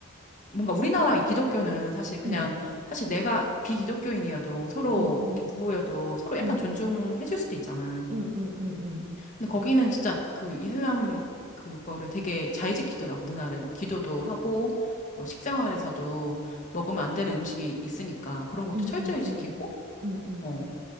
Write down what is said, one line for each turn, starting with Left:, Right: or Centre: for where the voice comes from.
Left: 뭔가 우리나라 이 기독교는 사실 그냥,
Right: 응,
Left: 사실 내가 비기독교인이어도 서로
Right: 응,
Left: 이렇게 부부여도 서로 약간
Right: 응,
Left: 존중해줄 수도 있잖아.
Right: 응, 응, 응, 응, 응,
Left: 근데 거기는 진짜 그 이슬람 그거를 되게 잘 지키더라고, 문화를. 뭐 기도도 하고, 뭐 식생활에서도 먹으면 안 되는 음식이 있으니까 그런 것도
Right: 응,
Left: 철저히
Right: 응,
Left: 지키고,
Right: 응, 응.
Left: 어.